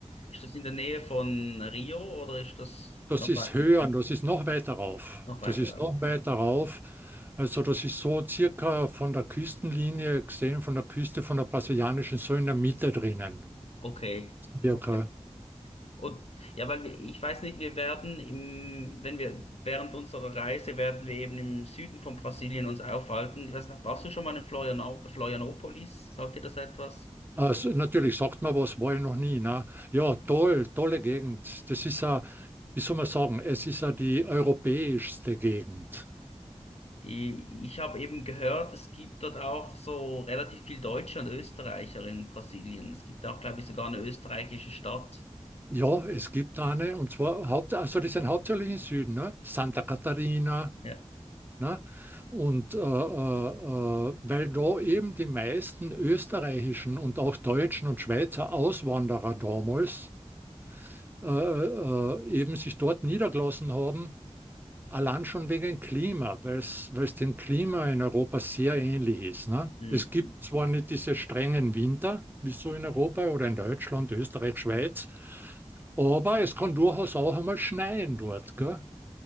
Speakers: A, on the left; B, on the right.
A: Ist das in der Nähe von Rio oder ist das
B: Das
A: noch
B: ist
A: weit,
B: höher und das ist noch weiter rauf.
A: noch weiter
B: Das ist
A: rauf?
B: noch weiter rauf. Also das ist so circa von der Küstenlinie gesehen, von der Küste von der brasilianischen, so in der Mitte drinnen.
A: Okay,
B: Circa
A: okay. Und ja, weil wir- ich weiß nicht, wir werden im, wenn wir während unserer Reise werden wir eben im Süden von Brasilien uns aufhalten. Ich weiß nicht, warst du schon mal in Florianau- Florianopolis? Sagt dir das etwas?
B: Also natürlich sagt man was, war ich noch nie. Ne? Ja, toll, tolle Gegend. Das ist ja, wie soll man sagen, es ist ja die europäischste Gegend.
A: I- Ich habe eben gehört, es gibt dort auch so relativ viel Deutsche und Österreicher in Brasilien. Es gibt auch, glaube ich, sogar eine österreichische Stadt.
B: Ja,
A: So.
B: es gibt eine, und zwar Haupt, also die sind hauptsächlich im Süden, ne? Santa Catarina,
A: Ja,
B: ne? Und äh, äh, äh, weil da eben die meisten österreichischen und auch deutschen und Schweizer Auswanderer damals äh, äh, äh, eben sich dort niedergelassen haben Allein schon wegen Klima, weil es, weil es dem Klima in Europa sehr ähnlich ist. Ne?
A: hm.
B: Es gibt zwar nicht diese strengen Winter, wie so in Europa oder in Deutschland, Österreich, Schweiz, aber es kann durchaus auch einmal schneien dort. Gell?